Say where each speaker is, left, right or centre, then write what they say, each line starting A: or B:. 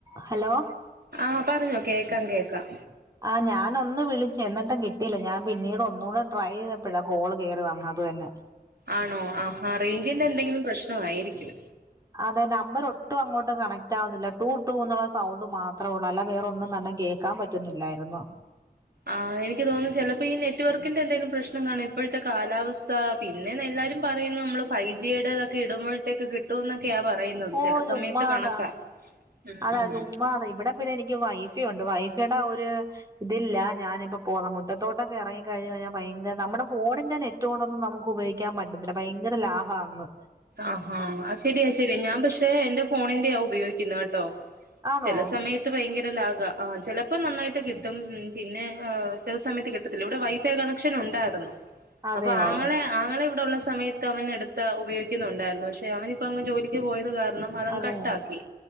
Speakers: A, on the right; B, on the right.
A: Hello
B: ആഹ പറഞ്ഞോ കേൾക്കാം കേക്കാം
A: ആ് ഞാന ഒന്ന് വിളിച്ച എന്നിട്ടും കിട്ടിയില്ല ഞാൻ പിന്നീട് ഒന്നൂടെ ട്രൈ ചെയ്തപ്പഴ കോൾ കയറി വന്ന വന്നെ <unintelligible>
B: ആണോ ആഹാ റേഞ്ചിന്റെ എന്തെങ്കിലും പ്രശ്ന ആയിരിക്കും
A: അതെ നമ്പർ ഒട്ടും അങ്ങോട്ട് കണക്റ്റ് ആവുന്നില്ല ടടു ടൂ എന്നുള്ള സൗണ്ട് മാത്രമ ഉള്ളൂ അല്ല വേറൊന്നും തന്നെ കേൾക്കാൻ പറ്റുന്നില്ലായിരുന്നു മ
B: ആ എനിക്ക് തോന്നുന്നു ചിലപ്പോ ഈ നെറ്റ്വർക്കിന്റെ എന്തെങ്കിലും പ്രശ്നം കാണും ഇപ്പോഴത്തെ കാലാവസ്ഥ പിന്നെ നല്ല എല്ലാരും പറയുന്നത് നമ്മൾ ഫൈവ് ജിയുടെ ഇതൊക്കെ ഇടുമ്പോഴേക്ക് കിട്ടുമക്കെ ക്കെയാ പറയുന്നത്
A: ഓ
B: ചില
A: ചുമ്മാതാ
B: സമയത്ത് കണക്കാ ഉം
A: അതാ
B: ഉം
A: ചുമ്മാ അതാ ഇവിടെ പിന്നെ എനിക്ക് വൈഫയുണ്ട് വൈഫയുടെ ഒരു ഇതില്ല ഞാനിപ്പ ഇപ്പോ ന മുറ്റത്തോട്ടൊക്കെ ഇറങ്ങി കഴിഞ്ഞ കഴിഞ്ഞാ ഭയങ്കരമ്മ ഫോണിൽ ഞൻ മുറ്റ കൊണ്ടൊന്നും നമുക്ക് ഉപയോഗാൻ പറ്റത്തില്ല ഭയങ്കര ഇ ലാഹാണ്.
B: ആഹാ ശരിയാ ശരി ഞാൻ പക്ഷെ എന്റെ ഫോണിന്റെയാ ഉപയോഗിക്കുന്നത്. കേട്ടോ
A: ആണോ
B: ചലസമയ ഭയ ചിലപ്പോൾ നന്നായിട്ട് കിട്ടും പിന്നെ ചില സമയത്ത് കിട്ടത്തില്ല ഇവിടെ വൈഫൈ കണക്ഷൻ ഇണ്ടാരുന്നു
A: അതെയോ
B: അപ്പൊ ആങ്ങള ആങ്ങള ഇവിടെഉള്ള സമയത്ത് അവൻ എടുത്ത ഉ ഉപയോഗിക്കുന്നുണ്ടായിരുന്നു പക്ഷെ അവനിപ്പ അങ് ജോലിക്ക് പോയത് കാരണം കണം മതം
A: അതെയോ
B: കട്ടാക്കി